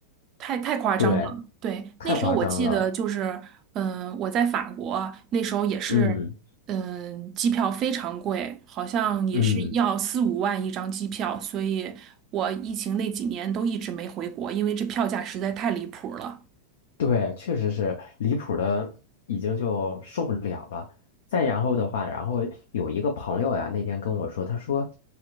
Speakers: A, on the right; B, on the left.
A: 太太夸张了。
B: 对，
A: 对，
B: 太夸张了。
A: 那时候我记得就是，嗯、我在法国那时候也是，
B: 嗯
A: 嗯、机票非常贵，好像也是要四五万一张机票，
B: 嗯。
A: 所以我疫情那几年都一直没回国，因为这票价实在太离谱了。
B: 对，确实是离谱的，已经就受不了了。再然后的话，然后有一个朋友呀，那天跟我说，他说：